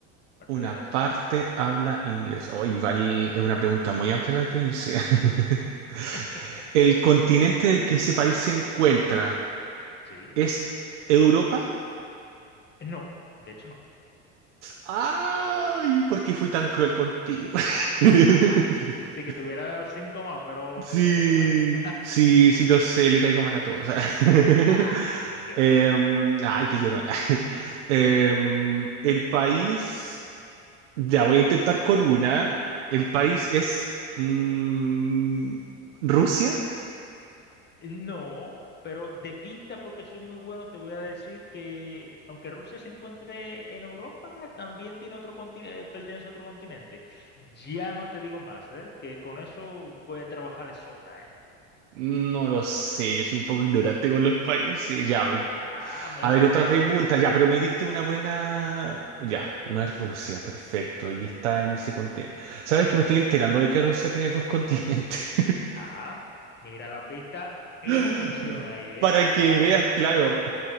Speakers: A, on the left; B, on the right.
A: para
B: Una
A: que veas.
B: parte habla inglés. Oh, y val- es una pregunta muy amplia la que hice. <laughs>
A: <laughs>
B: ¿El continente en el que ese país se encuentra
A: Sí.
B: es Europa?
A: No, de hecho no.
B: Ay, ¿por qué fui tan cruel contigo? <laughs>
A: <laughs> Sí que te hubiera dado cinco más, pero
B: Sí,
A: me caíste mal ya.
B: sí, sí lo sé, le caigo mal a todos. <laughs>
A: <laughs> Ah, qué
B: Em,
A: va.
B: ay, qué llorona. <laughs> Em, el país, ya voy a intentar con una. El país
A: Ujú.
B: es mm, Rusia.
A: No, pero de pista, porque soy muy bueno, te voy a decir que aunque Rusia se encuentre en Europa, también tiene otro continente, pertenece a otro continente. Ya no te digo más, ¿eh? Que con eso puede trabajar de sobra, ¿eh?
B: No lo sé, yo soy un poco ignorante con los países.
A: Ah,
B: Ya.
A: amigo,
B: A ver, otra
A: está,
B: pregunta.
A: está feo.
B: Ya, pero me diste una buena. Ya,
A: Sí,
B: no
A: sí,
B: es Rusia,
A: sí,
B: perfecto.
A: sí.
B: Y está en ese continente. ¿Sabes que me estoy enterando de que Rusia tiene dos continentes?
A: Ah, mira la pista en
B: <laughs>
A: función ahí, ¿eh?
B: Para que
A: Ah,
B: veas,
A: Ahí, está.
B: claro.